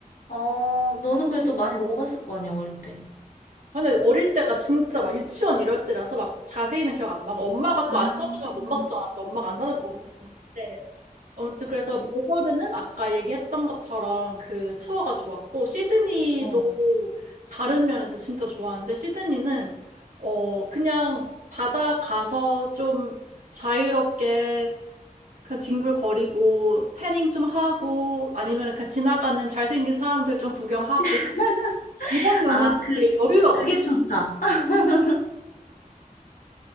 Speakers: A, on the left; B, on the right.
A: 어, 너는 그래도 많이 먹어봤을 거 아니야, 어릴 때.
B: 아, 근데 어릴 때가 진짜 막 유치원 이럴 때라서 막 자세히는 기억 안 나고 엄마가
A: 음.
B: 또 안 사주면 못 먹잖아. 그래서 엄마가 안 사줘서 못 먹는데 아무튼 그래서 멜버른은 아까 얘기했던 것처럼 그 투어가 좋았고 시드니도
A: 어.
B: 다른 면에서 진짜 좋았는데 시드니는 어 그냥 바다 가서 좀 자유롭게 그냥 뒹굴거리고 태닝 좀 하고 아니면 그냥 지나가는 잘생긴 사람들 좀 구경하고
A: <laughs>
B: 이런 면에서
A: 아, 그,
B: 되게 여유로웠어.
A: 그게 좋다. <laughs>